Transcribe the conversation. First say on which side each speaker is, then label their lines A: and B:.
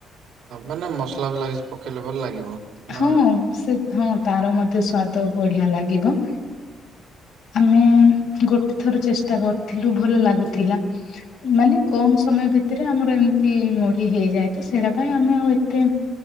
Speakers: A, on the right; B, on the left.
A: ମାନେ ମସଲା ଫସଲା କିଛି ପକେଇଲେ ଭଲ ଲାଗିବ? ନା
B: ହଁ, ସେ ହଁ ତାର ମଧ୍ୟ ସ୍ଵାଦ ବଢିଆ ଲାଗିବ। ଆମେ ଗୋଟେ ଥର ଚେଷ୍ଟା କରିୁଥିଲୁ ଭଲ ଲାଗୁଥିଲା। ମାନେ କମ ସମୟ ଭିତରେ, ଆମର ଏମିତି ମୁଢ଼ି ହେଇଯାଏ, ତ ସେଇଟା ପାଇଁ ଆମେ ଆଉ ଏତେ